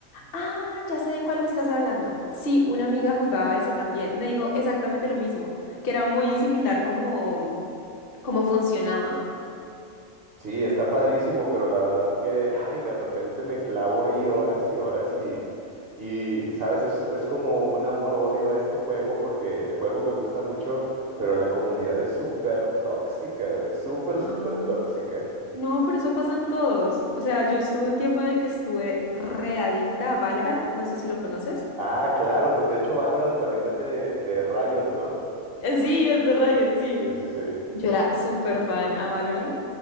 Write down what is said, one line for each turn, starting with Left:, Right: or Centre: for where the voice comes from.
Left: Ah, ya sé de cuál me estás hablando. Sí, una amiga jugaba ese también, me dijo exactamente lo mismo, que era muy similar como... cómo funcionaba.
Right: Sí, está padrísimo, pero la verdad que, ay, de repente me clavo ahí horas y horas y, y sabes, es, es como un amor-odio a este juego porque el juego me gusta mucho, pero la comunidad es súper tóxica, güey, súper,
Left: Ah,
Right: súper tóxica.
Left: no, por eso pasan todos. O sea, yo estuve un tiempo en el que estuve readicta a Valorant. No sé si lo conoces.
Right: Ah, claro, pues de hecho Valorant también es de, de Riot, ¿no?
Left: Eh, Sí, es de Riot, sí.
Right: Sí, sí, sí.
Left: Yo era súper fan a Valorant.